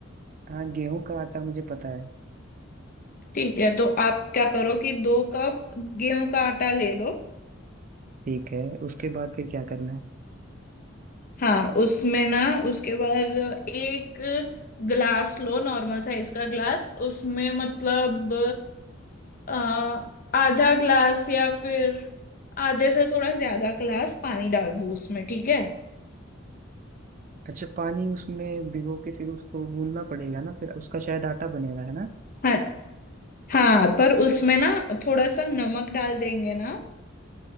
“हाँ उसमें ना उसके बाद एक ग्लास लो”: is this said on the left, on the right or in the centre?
Left